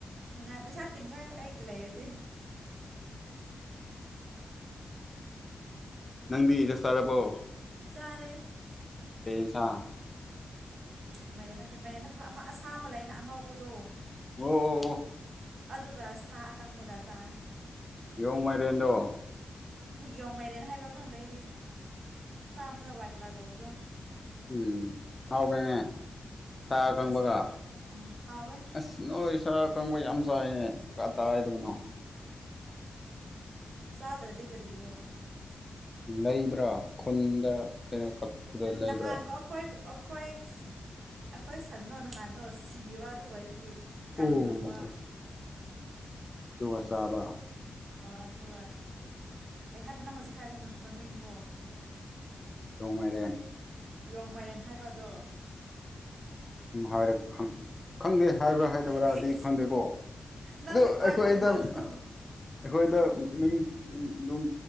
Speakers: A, on the right; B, on the left.
A: ꯅꯨꯡꯉꯥꯏ ꯄꯩꯁꯥ ꯇꯤꯡꯉꯥꯏ ꯑꯩꯒꯤ ꯂꯩꯔꯗꯤ
B: ꯅꯪꯗꯤ ꯆꯛ ꯆꯥꯔꯕꯣ
A: ꯆꯔꯦ
B: ꯀꯩ ꯏꯟꯁꯥꯡ
A: ꯎꯝ ꯃꯥꯏꯔꯦꯟ ꯅꯠꯇꯦ ꯃꯥꯏꯔꯦꯟ ꯅꯠꯇꯕ ꯑꯃ ꯑꯁꯥꯡꯕ ꯂꯩꯕ ꯑꯉꯧꯕꯗꯣ
B: ꯑꯣ ꯑꯣ ꯑꯣ
A: ꯑꯗꯨꯒ ꯁꯥ ꯑꯀꯪꯕꯒ ꯆꯥꯏ
B: ꯌꯣꯡ ꯃꯥꯏꯔꯦꯟꯗꯣ
A: ꯌꯣꯡ ꯃꯥꯏꯔꯦꯟ ꯍꯥꯏꯕ꯭ꯔꯥ ꯈꯪꯗꯦ ꯑꯩꯗꯤ ꯁꯥ ꯋꯥꯏꯠ ꯀꯂꯔ ꯇꯧꯕꯗꯣ
B: ꯎꯝ ꯍꯥꯎꯕꯅꯤꯅꯦ ꯁꯥ
A: ꯑꯗꯨꯒ
B: ꯀꯪꯕꯒ
A: ꯎꯝ ꯍꯥꯎꯋꯦ
B: ꯑꯁ ꯅꯣꯏ ꯏꯁꯥ ꯀꯪꯕ ꯌꯥꯝ ꯆꯥꯏꯌꯦ ꯀꯗꯥꯏꯗꯩꯅꯣ
A: ꯁꯥꯗꯔꯗꯤ ꯀꯔꯤꯣ
B: ꯂꯩꯕ꯭ꯔꯥ ꯈꯨꯟꯗ ꯀꯩꯅꯣ ꯀꯛꯄꯗ ꯂꯩꯕ꯭ꯔꯥ
A: ꯅꯍꯥꯟꯀꯣ ꯑꯩꯈꯣꯏ ꯑꯩꯈꯣꯏ ꯑꯩꯈꯣꯏ ꯁꯟꯗꯣ ꯅꯍꯥꯟꯗꯣ ꯁꯤꯕ ꯑꯗꯨ ꯑꯣꯏꯕꯒꯤ ꯀꯪꯉꯝꯕ
B: ꯑꯣ ꯑꯗꯨꯒ ꯆꯥꯕ
A: ꯑꯗꯨꯒ ꯍꯥꯏꯕ ꯅꯪ ꯍꯧꯖꯤꯛ ꯍꯥꯏꯕꯗ ꯃꯃꯤꯡꯗꯣ
B: ꯌꯣꯡꯃꯥꯏꯔꯦꯝ
A: ꯌꯣꯡ ꯃꯥꯏꯔꯦꯟ ꯍꯥꯏꯕꯔꯗꯣ
B: ꯎꯝ ꯍꯥꯏꯔꯒ ꯈꯪꯗꯦ ꯍꯥꯏꯕ꯭ꯔꯥ ꯍꯥꯏꯗꯕ꯭ꯔꯥꯗꯤ
A: ꯑꯩ
B: ꯈꯪꯗꯦꯀꯣ
A: ꯅꯪꯗꯤ
B: ꯑꯗꯨ
A: ꯀꯃꯥꯏꯅ
B: ꯑꯩꯈꯣꯏꯗ
A: ꯈꯪꯉꯤꯕ
B: ꯑꯩꯈꯣꯏꯗ
A: ꯑꯗꯣ
B: ꯃꯤꯡ ꯑꯗꯨꯝ